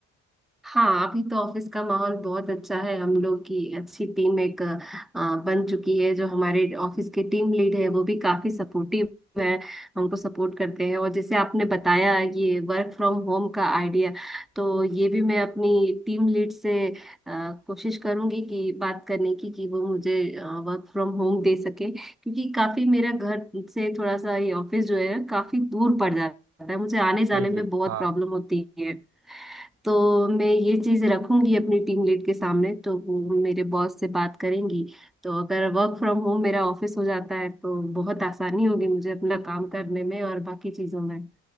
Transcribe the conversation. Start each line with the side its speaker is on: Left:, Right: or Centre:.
Centre: हाँ अभी तो ऑफिस का माहौल बहुत अच्छा है हम लोग की अच्छी टीम एक अ, बन चुकी है जो हमारे ऑफिस के टीम लीड है वो भी काफी सपोर्टिव है हमको सपोर्ट करते हैं और जैसे आपने बताया ये वर्क फ्रॉम होम का आइडिया तो ये भी मैं अपनी टीम लीड से अ, कोशिश करूंगी कि बात करने की कि वो मुझे वर्क फ्रॉम होम दे सके क्योंकि काफी मेरा घर से थोड़ा सा ये ऑफिस जो है काफी दूर पड़ जाता है मुझे आने जाने
Right: जी
Centre: में
Right: जी
Centre: बहुत
Right: हाँ
Centre: प्रॉब्लम होती है तो मैं ये चीज रखूंगी अपनी टीम लीड के सामने तो वो मेरे बॉस से बात करेंगी तो अगर वर्क फ्रॉम होम मेरा ऑफिस हो जाता है तो बहुत आसानी होगी मुझे अपना काम करने में और बाकी चीजों में